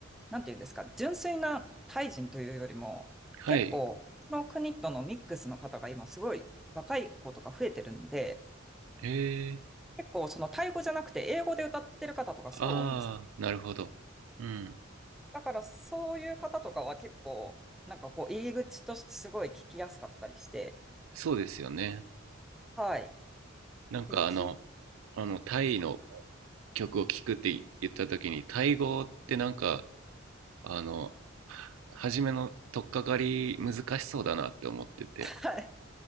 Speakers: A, in the centre; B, on the right.
A: なんていうんですか、純粋なタイ人というよりも、
B: はい。
A: 結構、その国とのミックスの方が今すごい若い子とか増えてるんで、
B: へえ。
A: 結構そのタイ語じゃなくて英語で歌ってる方とかすごい多いんですよ。
B: ああ、なるほど。うん。
A: だからそういう方とかは結構、なんかこう入り口としてすごい聞きやすかったりして、
B: そうですよね。
A: はい。
B: なんかあの、
A: で、聞い
B: あの、タイの曲を聴くって言った時に、タイ語ってなんか、あの、は初めの取っかかり難しそうだなって思ってて。
A: はい。